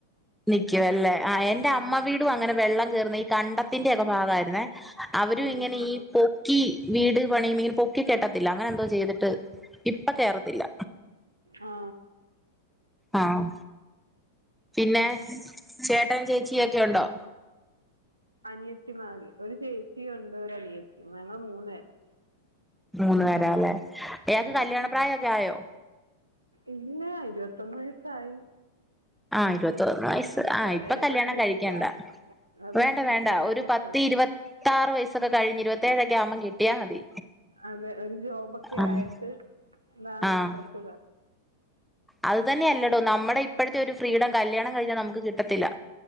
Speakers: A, in the centre; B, on the right.
A: നിക്കുവ അല്ലേ ആ എന്റെ
B: അതെ
A: അമ്മ വീടും അങ്ങനെ വെള്ളം കയറുന്ന ഈ കണ്ടത്തിന്റെറെ ഒക്കെ ഭാഗമായിരുന്നേ അവരും
B: അതെ
A: ഇങ്ങനെ
B: ആ
A: ഈ പൊക്കി വീട് പണിയുമ്പോ ഇങ്ങനെ പൊക്കി കെട്ടത്തില്ല അങ്ങനെ എന്തോ ചെയ്തിട്ട് ഇപ്പ കേയറത്തില്ല
B: ആ
A: ആഹ് പിന്നെ ചേട്ടൻ ചേച്ചി ഒക്കെ ഉണ്ടോ
B: അനിയത്തിമാര് ഒരു ചേച്ചി ഉണ്ട് ഒരു അനിയത്തി ഞങ്ങൾ മൂന്നുപേരാ
A: മൂന്ന് പേരല്ലേ ഇയാക്ക്
B: അതെ
A: കല്യാണ പ്രായമൊക്കെ ആയോ
B: ഇല്ല ഇരുപത്തൊന്ന് വയസ്സായി
A: ആ ഇരുപത്തൊന്ന് വയസ്സ്
B: ഇപ്പഴേ
A: ആഹ് ഇപ്പൊ കല്യാണം
B: കിട്ടുന്നില്ല
A: കഴിക്കണ്ട
B: അതെ
A: വേണ്ട വേണ്ട
B: ഇപ്പഴേ
A: ഒരു
B: കിട്ടണ്ട
A: പത്തി ഇരുപത്താറ് വയസ്സൊക്കെ കഴിഞ്ഞ് ഇരുപത്തേഴൊക്കെ ആവുമ്പം കെട്ടിയാ മതി
B: അതെ ഒരു ജോബൊക്കെ
A: ആഹ്
B: ആയിട്ട് ഇതാണ്
A: ആഹ്
B: <unintelligible>
A: അത് തന്നെയ അല്ലടോ നമ്മുടെ ഇപ്പോഴത്തെ ഒരു ഫ്രീഡം കല്യാണം കഴിഞ്ഞാൽ നമുക്ക് കിട്ടത്തില്ല